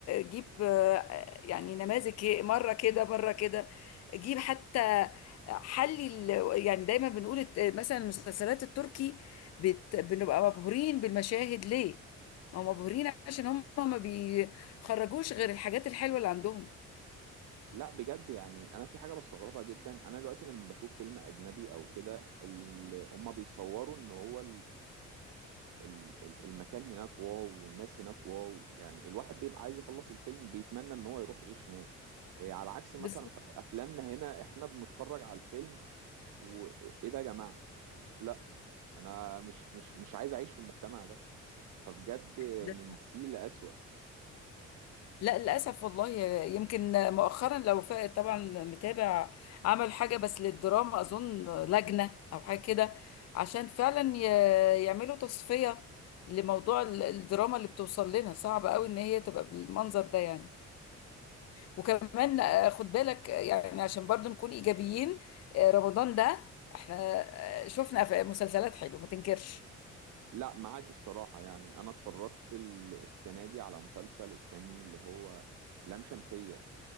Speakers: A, on the left (about 55°); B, on the right (about 90°).
A: جيب آه، يعني نماذج ك- مره كده مره كده جيب حتى حلي ال- يعني دايما بنقول الت- مثلا المسلسلات التركي بت... بنبقى مبهورين بالمشاهد ليه؟ ما هم مبهورين عشان هم ما بيخرجوش غير الحاجات الحلوه اللي عندهم
B: لا بجد يعني انا في حاجة بستغربها جدا انا دلوقتي لما بشوف فيلم اجنبي او كده ال- هما بيصوروا ان هو ال- ال- المكان هناك واو والناس هناك واو يعني الواحد بيبقى عايز يخلص الفيلم بيتمنى ان هو يروح يعيش هناك إيه، على عكس مثلا
A: بالظبط
B: أف- افلامنا هنا احنا بنتفرج على الفيلم وايه ده يا جماعة لا انا مش مش مش عايز اعيش في المجتمع ده فبجد
A: ده
B: من سيء لأسوأ
A: لا للأسف والله يمكن مؤخرا لو فا- طبعا متابع عمل حاجة بس للدراما أظن لجنة أو حاجة كده عشان فعلا ي- يعملوا تصفية لموضوع ال- الدراما اللي بتوصل لنا صعب قوي إن هي تبقى بالمنظر ده يعني وكمان آه، خد بالك آه، يعني عشان برضو نكون إيجابيين آه، رمضان ده احنا آه، شفنا أف- مسلسلات حلوة ما تنكرش
B: لا معاك الصراحة يعني انا اتفرجت ال- السنة دي على مسلسل استني اللي هو لام شمسية